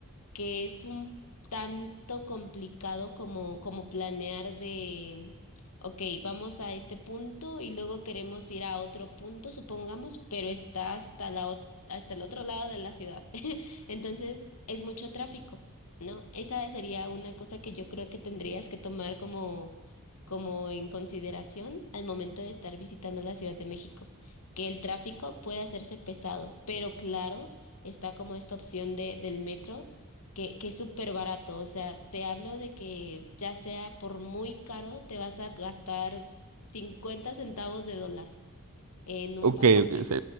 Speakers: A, on the left (about 80°); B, on the right (about 85°).
A: que es un tanto complicado como, como planear de, ok, vamos a este punto y luego queremos ir a otro punto, supongamos, pero está hasta la, ot- hasta el otro lado de la ciudad. <laughs> Entonces, es mucho tráfico, ¿no? Esa sería una cosa que yo creo que tendrías que tomar como, como en consideración al momento de estar visitando la Ciudad de México, que el tráfico puede hacerse pesado, pero claro, está como esta opción de, del metro que, que es súper barato. O sea, te hablo de que ya sea por muy caro, te vas a gastar 50 centavos de dólar en un
B: Ok,
A: pasaje.
B: ok, sí.